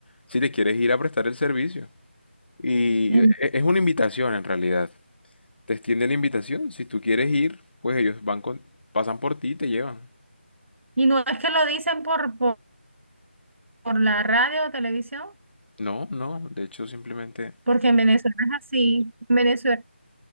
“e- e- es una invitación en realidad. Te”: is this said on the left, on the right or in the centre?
Left